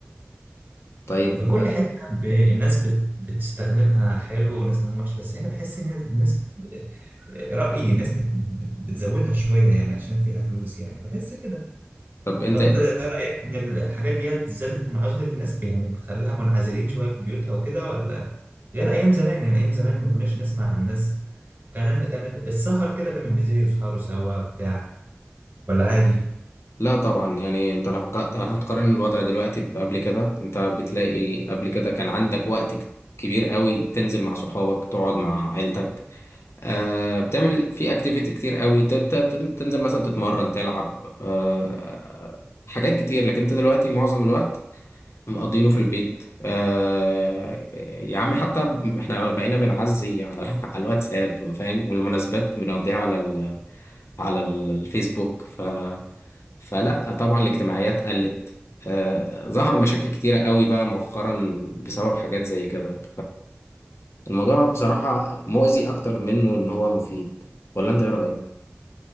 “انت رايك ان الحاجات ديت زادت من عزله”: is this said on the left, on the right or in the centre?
Right